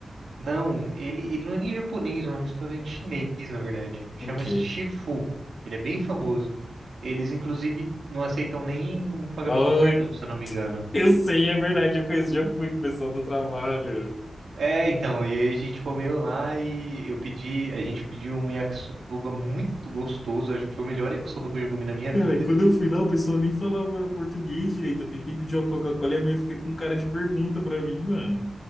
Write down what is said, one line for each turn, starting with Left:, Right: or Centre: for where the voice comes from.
Right: Não, ele, ele não é nem japonês, é um restaurante chinês, na verdade. Chama-se
Left: Ok.
Right: Shifu. Ele é bem famoso. Eles, inclusive, não aceitam nem pagamento
Left: Ai,
Right: em cartão, se eu não me engano.
Left: eu sei, é verdade, eu conheço, já fui com o pessoal do trabalho.
Right: É, então, e aí a gente comeu lá e eu pedi, a gente pediu um yakisoba muito gostoso, acho que foi o melhor yakisoba que eu já comi na minha
Left: Cara,
Right: vida.
Left: quando eu fui lá, o pessoal nem falava português direito. Eu tentei pedir uma Coca-Cola e a mãe fica com cara de pergunta pra mim, mano.